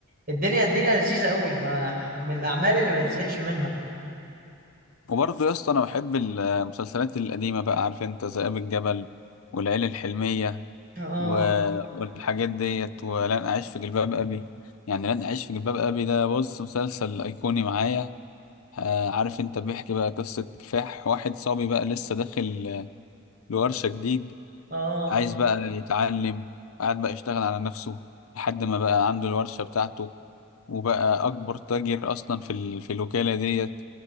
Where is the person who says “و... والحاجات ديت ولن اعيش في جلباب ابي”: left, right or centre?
Left